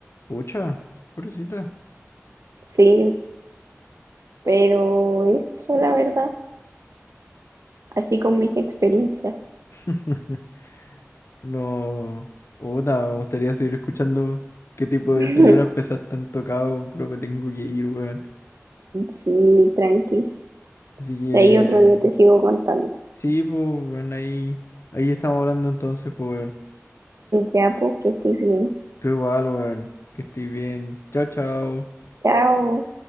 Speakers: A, on the left; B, on the right.
A: Pucha, pobrecita.
B: Sí, pero eso, la verdad, así con mis experiencias.
A: <laughs> No, puta, me gustaría seguir escuchando qué tipo de
B: <laughs>
A: señoras pesas tan tocado, pero me tengo que ir, weón.
B: Sí, tranqui.
A: Así que,
B: De ahí otro día te sigo contando.
A: sí, pues, weón, ahí, ahí estamos hablando entonces, pues, weón.
B: Ya, pues, que estés bien.
A: Tú igual, weón, que estés bien. Chao, chao.
B: Chao.